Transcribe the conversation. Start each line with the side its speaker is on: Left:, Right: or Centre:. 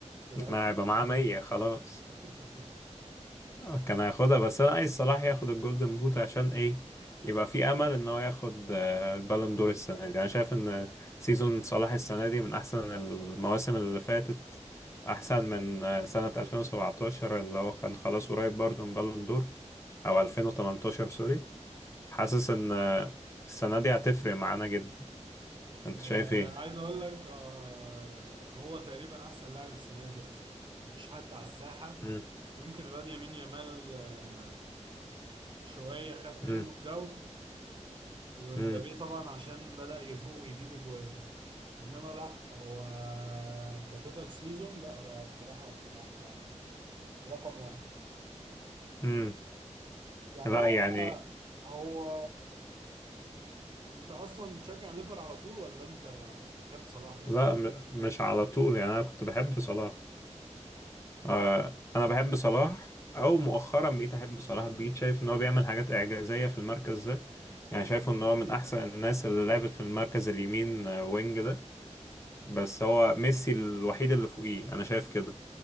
Right: كان هيبقى
Left: ما
Right: من
Left: هيبقى معاه مية خلاص
Right: نقطة. <laughs>
Left: آه، كان هياخدها بس انا عايز صلاح ياخد الجولدن بوت عشان ايه يبقى في امل ان هو ياخد آه، البالون دور السنه دي انا شايف ان سيزون صلاح السنه دي من احسن المواسم اللي فاتت احسن من آه، سنه 2017 اللي هو كان خلاص قريب برضه من بالون دور او 2018 سوري حاسس ان آه، السنه دي هتفرق معانا جدا انت
Right: آه
Left: شايف ايه
Right: عايز اقول لك آه هو تقريبا احسن لاعب السنه دي اصلا يعني مفيش حد على الساحه
Left: مم.
Right: يمكن الواد يمين يامال آه شويه خد منه
Left: مم.
Right: الجو ومبابي
Left: مم.
Right: طبعا عشان بدأ يفوق ويجيب اجوان انما لا هو كتوتال سيزون لا هو بصراحه صلاح رقم واحد
Left: مم.
Right: يعني
Left: لا
Right: هو
Left: يعني
Right: هو انت اصلا بتشجع ليفر على طول ولا انت بتحب صلاح بس
Left: لا م- مش على طول يعني انا كنت بحب صلاح آه، انا بحب صلاح او مؤخرا بقيت احب صلاح بقيت شايف ان هو بيعمل حاجات اعجازيه في المركز ده يعني شايف ان هو من احسن الناس اللي لعبت في المركز اليمين آه، وينج ده بس هو ميسي الوحيد اللي فوقيه انا شايف كده